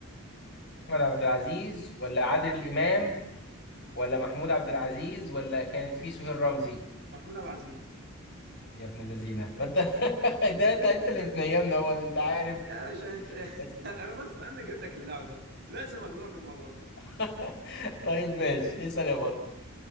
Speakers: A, on the left; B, on the right.
A: احمد عبد العزيز ولا عادل امام ولا محمود عبد العزيز ولا كانت في سهير رمزي
B: محمود عبد العزيز
A: يا ابن اللذينه ما انت <laughs> ده انت انت اللي بتنيمنا هو انت عارف
B: يا باشا انت <laughs>
A: بس
B: انا بص انا جايب لك اللعبه لازم اغلبك المره دي
A: <laughs> طيب ماشي اسال يا بطل